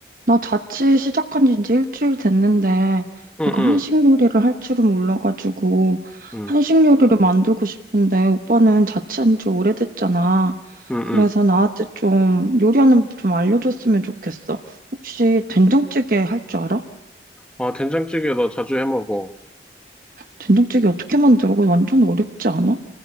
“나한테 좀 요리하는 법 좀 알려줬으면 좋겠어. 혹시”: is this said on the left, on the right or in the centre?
Right